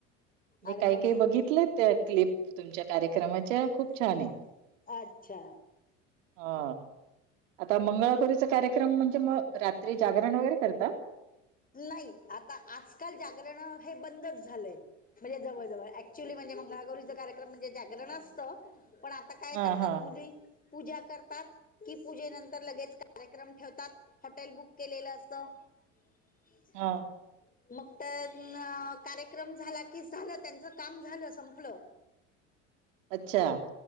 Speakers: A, on the right (about 75°); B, on the left (about 20°).
A: मी
B: आणि
A: काही
B: मग
A: काही बघितले त्या क्लिप तुमच्या कार्यक्रमाच्या
B: <inaudible>
A: खूप छान आहेत
B: अच्छा!
A: हा आता म्ममी वगैरे कार्यक्रम म्हणजे मग रात्री जागरण वगैरे करता?
B: नाही आता आजकाल जागरण हे बंदच झालंय. म्हणजे जवळ-जवळ ऍक्च्युली म्हणजे मंगळागौरीचा कार्यक्रम म्हणजे जागरण असतं पण ता काय
A: हां,
B: करतात
A: हां,
B: मुली पूजा करतात कि पूजेनंतर लगेच कार्यक्रम ठेवतात हॉटेल बुक केलेलं असतं. <inaudible>
A: हां.
B: मग तर कार्यक्रम झाला की झालं त्यांचं काम झालं संपलं.
A: <inaudible> अच्छा.